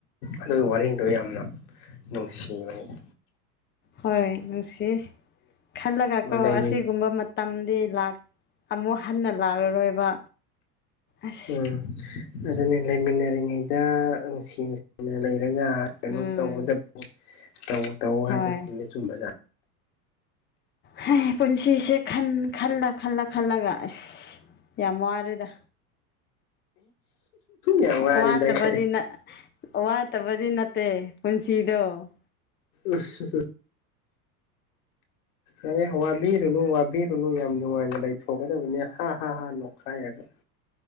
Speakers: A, on the left; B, on the left.
A: ꯑꯗꯨꯒꯤ ꯋꯥꯔꯦꯡꯗꯣ ꯌꯥꯝꯅ ꯅꯨꯡꯁꯤꯕꯅꯤꯗ
B: ꯍꯣꯏ ꯅꯨꯡꯁꯤ ꯈꯜꯂꯒ ꯀꯣ
A: ꯂꯩꯃꯤ
B: ꯑꯁꯤꯒꯨꯝꯕ ꯃ ꯇꯝꯗꯤ ꯂꯥꯛ ꯑꯃꯨꯛ ꯍꯟꯅ ꯂꯥꯛꯂꯔꯣꯏꯕ ꯑꯁ
A: ꯎꯝ ꯑꯗꯨꯅꯤ ꯂꯩꯃꯤꯟꯅꯔꯤꯉꯩꯗ ꯅꯨꯡꯁꯤ ꯅꯨꯡꯁꯤꯅ ꯂꯩꯔꯒ ꯀꯩꯅꯣ
B: ꯎꯝ
A: ꯇꯧꯒꯗꯕꯨ ꯇꯧ ꯇꯧ
B: ꯍꯣꯏ
A: ꯍꯥꯏꯗꯅ ꯆꯨꯝꯗꯤ ꯆꯨꯝꯕꯖꯥꯠꯅꯤ
B: ꯍꯥ ꯄꯨꯟꯁꯤꯁꯦꯟ ꯈꯜꯂ ꯈꯜꯂ ꯈꯜꯂꯒ ꯑꯁ ꯌꯥꯝ ꯋꯔꯦꯗ
A: ꯌꯥꯝ ꯋꯥꯔꯤꯗ
B: ꯋꯥꯠꯇꯕꯗꯤ
A: ꯀꯥꯏ
B: ꯅꯠ ꯋꯥꯠꯇꯕꯗꯤ ꯅꯠꯇꯦ ꯄꯨꯟꯁꯤꯗꯣ <inaudible>
A: ꯎꯁ ꯉꯦ ꯋꯥꯕꯤꯔꯨꯅꯨ ꯋꯥꯕꯤꯔꯨꯅꯨ ꯌꯥꯝ ꯅꯨꯡꯉꯥꯏꯅ ꯂꯩꯊꯣꯛꯀꯗꯕꯅꯤ ꯍꯥ ꯍꯥ ꯍꯥ ꯅꯣꯈꯥꯏꯔꯒ